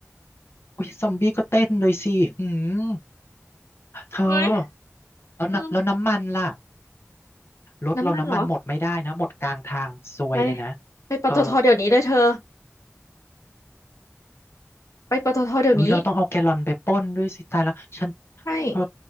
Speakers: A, on the left; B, on the left.
A: อุ้ยซอมบี้ก็เต้นเลยสิหืมเธอ
B: เฮ้ย
A: แล้วน้ำแล้วน้ำมันล่ะ
B: อืม
A: รถเราน้ำมันหมดไม่ได้นะหมดกลางทางซวยเลยนะ
B: น้ำมันเหรอไปไปปตทเดี๋ยวนี้เลยเธอ
A: เออ
B: ไปปตทเดี๋ยวนี้
A: หรือเราต้องเอาแกลลอนไปปล้นด้วยสิตายแล้วฉัน
B: ไม่
A: เออ